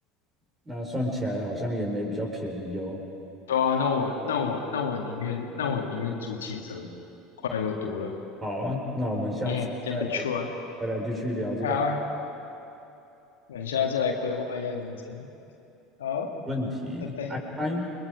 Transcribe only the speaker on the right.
那算起来好像也没比较便宜哦。
好啊，那我们下次再来
再来继续聊这个
问题，
拜拜。